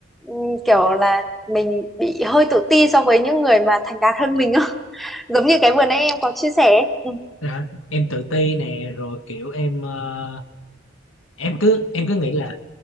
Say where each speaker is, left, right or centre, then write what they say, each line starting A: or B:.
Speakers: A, in the centre; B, on the left.
A: ừm, kiểu là mình bị hơi tự ti so với những người mà thành đạt hơn mình không <laughs> giống như cái vừa nãy em có chia sẻ ấy. ừ
B: dạ, em tự ti nè rồi kiểu em ờ, em cứ em cứ nghĩ là